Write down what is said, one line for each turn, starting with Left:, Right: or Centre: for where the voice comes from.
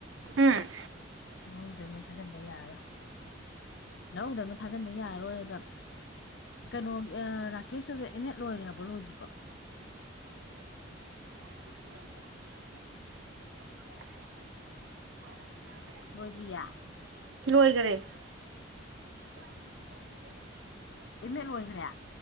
Right: ꯎꯝ
Left: ꯂꯧꯍꯧꯗꯕꯅ ꯊꯥꯖꯤꯟꯕ ꯌꯥꯔꯔꯣꯏ ꯂꯧꯍꯧꯗꯕꯅ ꯊꯥꯖꯟꯕ ꯌꯥꯔꯔꯣꯏꯕ ꯀꯩꯅꯣ ꯔꯥꯀꯦꯁꯁꯨ ꯏꯃꯦꯠ ꯂꯣꯏꯈ꯭ꯔꯕ ꯍꯂꯣ ꯑꯣꯏꯗꯤꯄꯥ
Right: inaudible inaudible
Left: ꯂꯣꯏꯗ꯭ꯔꯤꯌꯦ
Right: ꯂꯣꯏꯒꯔꯦ꯫
Left: ꯄꯨꯟꯅꯥ ꯂꯣꯏꯒꯔ꯭ꯦ?